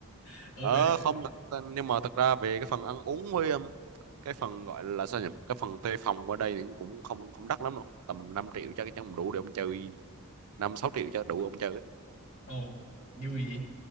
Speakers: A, on the left; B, on the right.
A: <laughs> ừ.
B: ờ không thật nhưng mà thật ra về cái phần ăn uống với um, cái phần gọi là sao nhỉ cái phần thuê phòng ở đây thì cũng không không đắt lắm đâu tầm 5 triệu chắc chắn đủ để ông chơi năm sáu triệu cho đủ ông chơi ấy.
A: Ồ, vui vậy.